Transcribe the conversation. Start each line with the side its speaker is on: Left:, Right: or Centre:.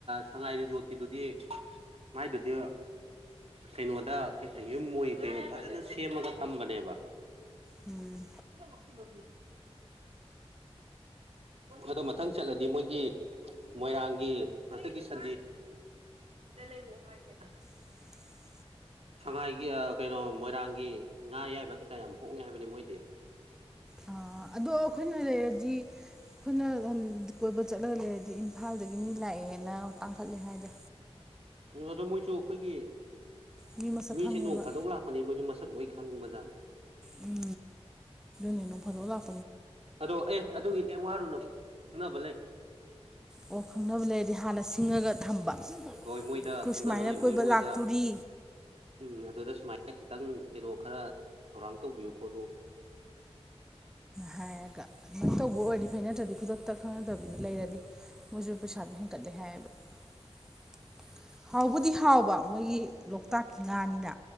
Right: ꯁꯉꯥꯏꯔꯤꯖꯣ ꯀꯗꯨꯗꯤ ꯃꯥꯏꯗꯨꯗꯤ ꯀꯩꯅꯣꯗ ꯌꯨꯝ ꯃ ꯀꯩꯅꯣ ꯐꯖꯅ ꯁꯦꯝꯃꯒ ꯊꯝꯕꯅꯦꯕ
Centre: ꯎꯝ
Right: ꯀꯗ ꯄꯀꯤ ꯃ ꯑꯗꯣ ꯃꯊꯪ ꯆꯠꯂꯗꯤ ꯃꯣꯏꯒꯤ ꯃꯣꯏꯔꯥꯡꯒꯤ ꯟ ꯉꯥꯏꯗ ꯂꯩꯔꯑꯣ ꯍꯥꯏꯒꯦ
Centre: <inaudible>
Right: ꯁꯉꯥꯏꯒꯤ ꯀꯩꯅꯣ ꯃꯣꯏꯔꯥꯡꯒꯤ ꯉꯥ ꯌꯥꯏꯕ ꯀꯩꯀꯥ ꯌꯥꯝ ꯍꯣꯡꯉ ꯍꯥꯏꯕꯅꯤ ꯃꯣꯏꯗꯤ
Centre: ꯑꯥ ꯑꯗꯣ ꯑꯩꯈꯣꯏꯅ ꯂꯩꯔꯗꯤ ꯑꯩꯈꯣꯏꯅ ꯀꯣꯏꯕ ꯆꯠꯂꯒ ꯂꯩꯔꯗꯤ ꯏꯝꯐꯥꯜꯗꯒꯤ ꯃꯤ ꯂꯥꯛꯑꯦ ꯍꯦꯟꯅ ꯇꯥꯡꯈꯠꯂꯦ ꯍꯥꯏꯗꯣ
Right: ꯎ ꯑꯗꯣ ꯃꯣꯏꯁꯨ ꯑꯩꯈꯣꯏꯒꯤ
Centre: ꯃꯤ ꯃꯁꯛ
Right: ꯃꯤꯁꯦ
Centre: ꯈꯪꯉꯦꯕ
Right: ꯅꯣꯡ ꯐꯥꯗꯣꯛ ꯂꯥꯛꯄꯅꯤ ꯃꯣꯏꯁꯨ ꯃꯁꯛ ꯑꯣꯏ ꯍꯪꯕꯖꯥꯠꯅꯤ
Centre: ꯎꯝ ꯅꯤ ꯅꯣꯡ ꯐꯗꯣ ꯂꯥꯛ
Right: ꯑꯗꯣ ꯑꯦ ꯑꯗꯨꯒꯤ ꯀꯔꯤꯝ ꯋꯥꯔꯨꯅꯣ ꯈꯪꯅꯕ ꯂꯩ
Centre: ꯑꯣ ꯈꯪꯅꯕ ꯂꯩꯔꯗꯤ ꯍꯥꯟꯅ ꯁꯤꯡꯉꯒ ꯊꯝꯕ
Right: ꯍꯣꯏ ꯃꯣꯏꯗ
Centre: ꯑꯩꯈꯣꯏ
Right: ꯈꯪꯅꯕ
Centre: ꯁꯨꯃꯥꯏꯅ
Right: ꯂꯩꯕꯅꯤꯅ
Centre: ꯀꯣꯏꯕ
Right: ꯃꯣꯏꯗ
Centre: ꯂꯥꯛꯇꯣꯔꯤ
Right: ꯎꯝ ꯑꯗꯨꯗ ꯁꯨꯃꯥꯏꯅ ꯈꯤꯇꯪ ꯀꯩꯅꯣ ꯈꯔ ꯊꯧꯔꯥꯡ ꯇꯧꯕꯤꯌꯨ ꯈꯣꯠꯂꯨ
Centre: ꯍꯥꯛ ꯇꯧꯕ ꯑꯣꯏꯔꯗꯤ ꯐꯩ ꯅꯠꯇ꯭ꯔꯗꯤ ꯈꯨꯗꯛꯇ ꯈꯪꯅꯗꯕꯤꯗ ꯂꯩꯔꯗꯤ ꯃꯣꯏꯁꯨ ꯄꯩꯁꯥꯗꯣ ꯍꯦꯟꯀꯠꯂꯦ ꯍꯥꯏꯌꯦꯕ <unintelligible> ꯍꯥꯎꯕꯨꯗꯤ ꯍꯥꯎꯕ ꯃꯣꯏꯒꯤ ꯂꯣꯛꯇꯥꯛꯀꯤ ꯉꯥꯅꯤꯅ